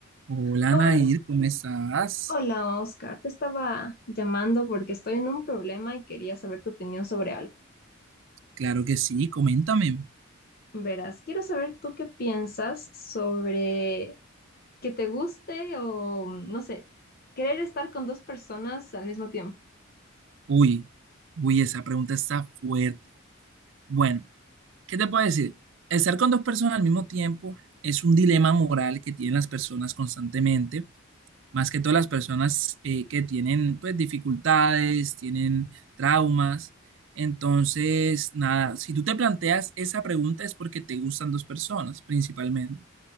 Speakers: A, on the right; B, on the left.
A: Hola
B: Hola,
A: Nair, ¿cómo estás?
B: hola Oscar, te estaba llamando porque estoy en un problema y quería saber tu opinión sobre algo.
A: Claro que sí, coméntame.
B: Verás, quiero saber tú qué piensas sobre que te guste o, no sé, querer estar con dos personas al mismo tiempo.
A: Uy, uy, esa pregunta está fuerte. Bueno, ¿qué te puedo decir? Estar con dos personas al mismo tiempo es un dilema moral que tienen las personas constantemente, más que todas las personas eh, que tienen pues dificultades, tienen traumas. Entonces, nada, si tú te planteas esa pregunta es porque te gustan dos personas principalmente.